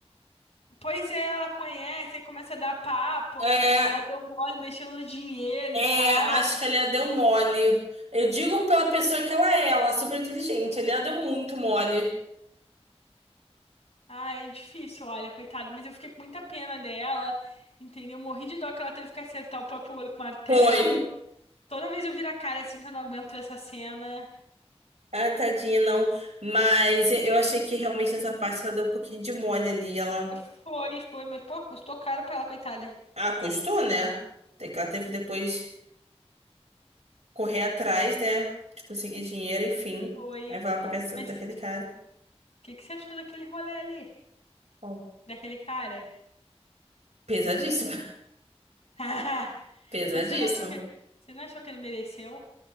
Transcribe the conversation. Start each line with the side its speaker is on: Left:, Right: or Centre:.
Left: pois é, ela conhece, aí começa a dar papo,
Right: É,
Left: ela deu mole mexendo no dinheiro
Right: É,
Left: e tal.
Right: acho que a Lia deu mole. Eu digo pela pessoa que ela é, ela é super inteligente. A Lia deu muito mole.
Left: Ai, é difícil, olha, coitada, mas eu fiquei com muita pena dela, entendeu? Morri de dó que ela teve que acertar o próprio olho com martelo.
Right: Foi.
Left: Toda vez eu viro a cara assim que eu não aguento essa cena.
Right: Ah, tadinha, não. Mas eu achei que realmente nessa parte ela deu um pouquinho de mole ali. Ela.
Left: Foi, foi, mas pô, custou caro pra ela, coitada.
Right: Ah, custou, né? Tem que ela teve que depois correr atrás, né? De conseguir dinheiro, enfim.
Left: Foi.
Right: Aí vai lá pra casa
Left: Mas
Right: daquele cara.
Left: que que você achou daquele rolê ali?
Right: Bom,
Left: Daquele cara?
Right: pesadíssimo.
Left: <laughs>
Right: <laughs> Pesadíssimo.
Left: Mas você não achou que, você não achou que ele mereceu?